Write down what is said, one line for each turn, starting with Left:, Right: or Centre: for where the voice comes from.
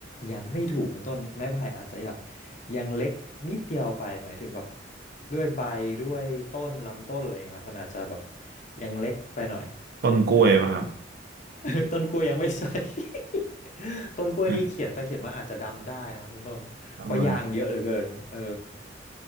Left: ยังไม่ถูกคุณต้นไม้ไผ่อาจจะแบบยังเล็กนิดเดียวไปหมายถึงแบบด้วยใบด้วยต้นลำต้นอะไรอย่างเงี้ยครับมันอาจจะแบบยังเล็กไปหน่อย
Right: ต้นกล้วยป่ะครับ
Left: เออ <laughs> ต้นกล้วยยังไม่ใช่ <laughs> ต้นกล้วยนี่เขียนไปเขียนมาอาจจะดำได้นะครับคุณต้นเพราะยางเยอะเหลือเกินเออ
Right: อมอะไร